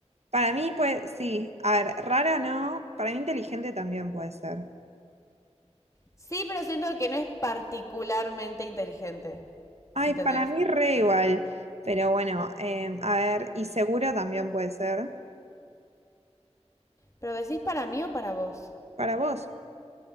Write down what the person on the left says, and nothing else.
Sí, pero siento que no es particularmente inteligente.
¿Entendés?
¿Pero decís para mí o para vos?